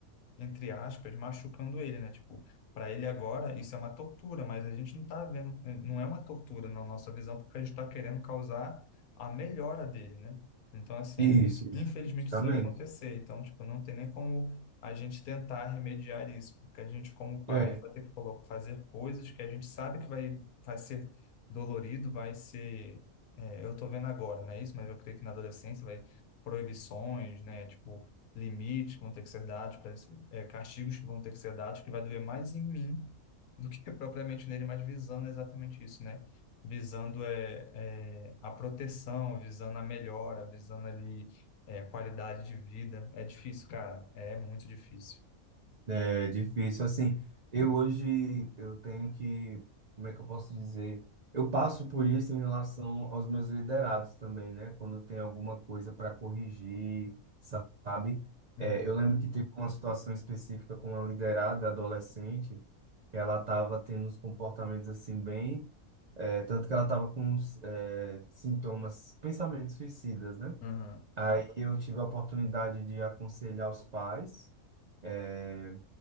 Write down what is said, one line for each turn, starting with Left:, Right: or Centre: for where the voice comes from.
Left: entre aspas, machucando ele, né? Tipo, para ele agora isso é uma tortura, mas a gente não tá vendo, eh, não é uma tortura na nossa visão, porque a gente está querendo causar a melhora dele, né? Então, assim,
Right: Isso.
Left: infelizmente
Right: Justamente.
Left: isso vai acontecer. Então, tipo, não tem nem como a gente tentar remediar isso, porque a gente, como pai,
Right: É.
Left: vai ter que colo- fazer coisas que a gente sabe que vai, vai ser dolorido, vai ser. é, eu tô vendo agora, né? Isso, mas eu creio que na adolescência vai proibições, né? Tipo, limites que vão ter que ser dados, para esse- é, castigos que vão ter que ser dados, que vai doer mais em mim do que <laughs> propriamente nele, mas visando exatamente isso, né? Visando é, é, a proteção, visando a melhora, visando ali é, a qualidade de vida. É difícil, cara. É muito difícil.
Right: É difícil, assim, eu hoje, eu tenho que, como é que eu posso dizer? Eu passo por isso em relação aos meus liderados também, né? Quando tem alguma coisa para corrigir, sabe? É,
Left: Uhum.
Right: eu lembro que teve uma situação específica com uma liderada adolescente, que ela estava tendo uns comportamentos assim bem, é, tanto que ela estava com uns é, sintomas, pensamentos suicidas, né?
Left: Uhum.
Right: Aí eu tive a oportunidade de aconselhar os pais, é,